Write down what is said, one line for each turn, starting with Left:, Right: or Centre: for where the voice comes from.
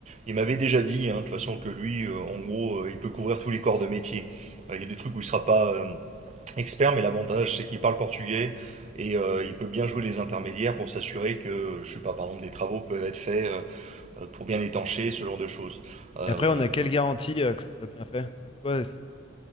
Right: il m'avait déjà dit, hein, de toute façon, que lui, euh, en gros, euh, il peut couvrir tous les corps de métier. Euh, Il y a des trucs où il sera pas euh, expert, mais l'avantage, c'est qu'il parle portugais et euh, il peut bien jouer les intermédiaires pour s'assurer que, je sais pas, par exemple, des travaux peuvent être faits euh, pour bien étancher, ce genre de choses. Euh,
Left: Et après, on a quelle garantie euh, que ce soit bien fait? Enfin, tu vois, si...